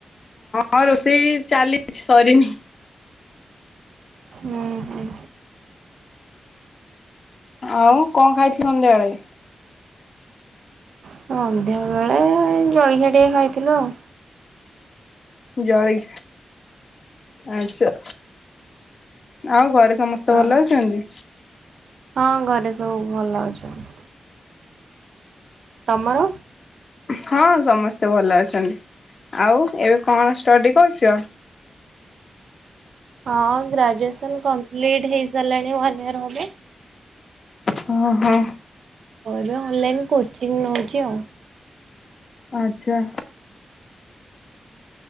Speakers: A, on the left (about 50°); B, on the right (about 80°).
A: ହଁ ରୋଷେଇ ଚାଲିଛି ସରିନି।
B: ହୁଁ ହୁଁ।
A: ଆଉ କଣ ଖାଇଥିଲ ସନ୍ଧ୍ୟା ବେଳେ?
B: ସନ୍ଧ୍ୟା ବେଳେ ଜଳଖିଆ ଟିକେ ଖାଇଥିଲୁ ଆଉ।
A: ଜଳି ଆଚ୍ଛା ଆଉ ଘରେ ସମସ୍ତେ
B: ହଁ
A: ଭଲ ଅଛନ୍ତି?
B: ହଁ ଘରେ ସବୁ ଭଲ ଅଛନ୍ତି। ତମର?
A: ହଁ ସମସ୍ତେ ଭଲ ଅଛନ୍ତି ଆଉ ଏବେ କଣ ଷ୍ଟଡ଼ି କରୁଛ?
B: ହଁ ଗ୍ରାଜୁଏସନ କମ୍ପ୍ଲିଟ ହେଇସାରିଲାଣି ୱାନ ଇୟର ହେବ।
A: ହଁ ହଁ।
B: ସରିବ ହେଲେ ମୁଁ କୋଚିଂ ଯାଉଛି ଆଉ।
A: ଆଚ୍ଛା।